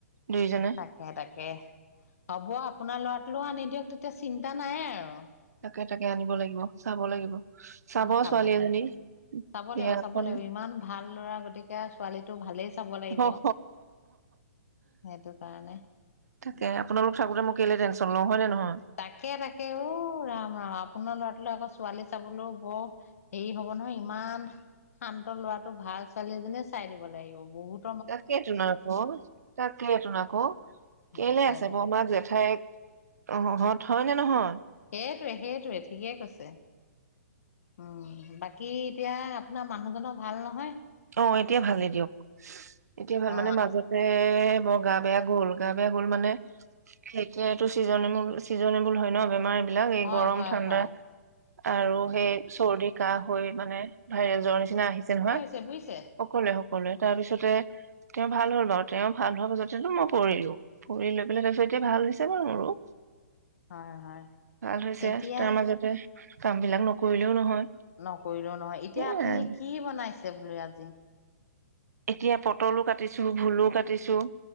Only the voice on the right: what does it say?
দুয়োজনে।
তাকে তাকে আনিব লাগিব, চাব লাগিব, চাব
ছোৱালী এজনী।
বিয়াখন
অ'
তাকে আপোনালোক থাকোঁতে মই কেলে টেনশ্যন লওঁ হয় নে নহয়?
তাকেটোন আকৌ, তাকেটোন আকৌ। কেলে
আছে
বৰমাক-জেঠাইকহঁত, হয় নে নহয়?
অ' এতিয়া ভালেই দিয়ক এতিয়া ভাল
মানে মাজত এ বৰ গা-বেয়া গ'ল গা-বেয়া গ'ল মানে। <unintelligible> চিজনেবুল হয় ন বেমাৰ এইবিলাক এই
গৰম
ঠাণ্ডা।
আৰু সেই চৰ্দি, কাহ হৈ মানে ভাইৰেযৰ নিচিনা আহিছে নহয়।
সকলোৱে সকলোৱে তাৰ পিছতে তেওঁ ভাল হল বাৰু তেওঁ ভাল হোৱাৰ পাছতেটো মই পৰিলোঁ। পৰি লৈ পেলাই তাৰপিছত এতিয়া ভাল হৈছে বাৰু মোৰো।
ভাল হৈছে
তাৰ মাজতে কাম বিলাক নকৰিলেও নহয়।
সেয়াই
এতিয়া পটলো কাটিছো, ভোলো কাটিছো,